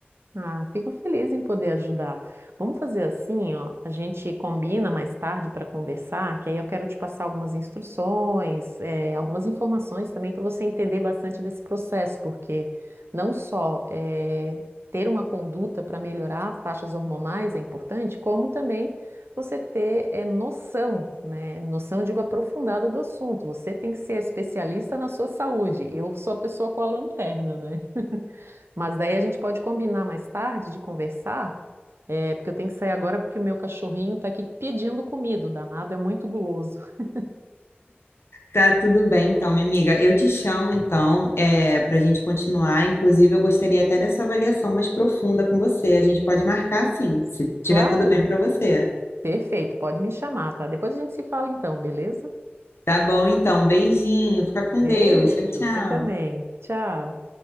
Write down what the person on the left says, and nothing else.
Tá tudo bem, então, minha amiga. Eu te chamo, então, para a gente continuar. Inclusive, eu gostaria até dessa avaliação mais profunda com você. A gente pode marcar, sim, se
tiver tudo bem para você.
Tá bom, então. Beijinho. Fica com
Deus. Tchau, tchau.